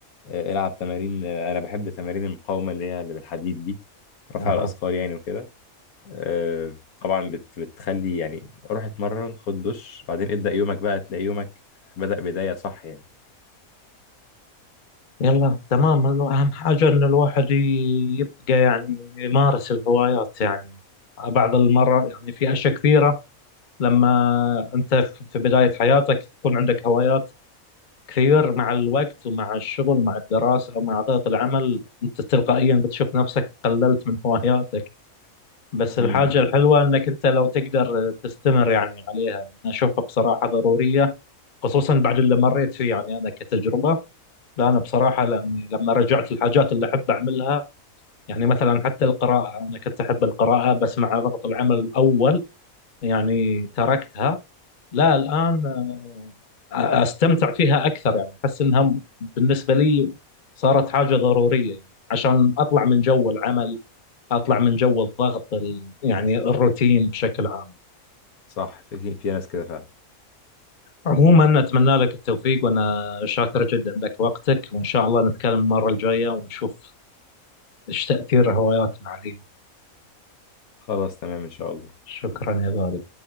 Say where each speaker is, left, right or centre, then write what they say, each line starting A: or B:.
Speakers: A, on the left; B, on the left.
A: آه، العب تمارين آه، انا بحب تمارين المقاومه اللي هي اللي بالحديد دي رفع
B: اها
A: الاثقال يعني وكده آه، طبعا بت بتخلي يعني روح اتمرن خد دش بعدين ابدا يومك بقى تلاقي يومك بدأ بدايه صح يعني
B: يلا تمام هو أهم حاجة إن الواحد ي- يبقى يعني يمارس الهوايات يعني بعض المرة يعني في أشياء كثيرة لما أنت في في بداية حياتك تكون عندك هوايات كثير مع الوقت ومع الشغل ومع الدراسة ومع ضغط العمل أنت تلقائيا بتشوف نفسك قللت من هواياتك بس الحاجة
A: امم
B: الحلوة إنك أنت لو تقدر تستمر يعني عليها أنا أشوفها بصراحة ضرورية خصوصا بعد اللي مريت فيه يعني انا كتجربه لا انا بصراحه لاني لما رجعت الحاجات اللي احب اعملها يعني مثلا حتى القراءه انا كنت احب القراءه بس مع ضغط العمل الاول يعني تركتها لا الان آه، استمتع فيها اكثر يعني احس انها م- بالنسبه لي صارت حاجه ضروريه يعني عشان اطلع من جو العمل اطلع من جو الضغط ال- يعني الروتين بشكل عام
A: صح في في ناس كده فعلا
B: عموما أتمنى لك التوفيق وأنا شاكر جدا لك وقتك وإن شاء الله نتكلم المرة الجاية ونشوف إيش تأثير هواياتنا علينا
A: خلاص تمام ان شاء الله
B: شكرا يا غالي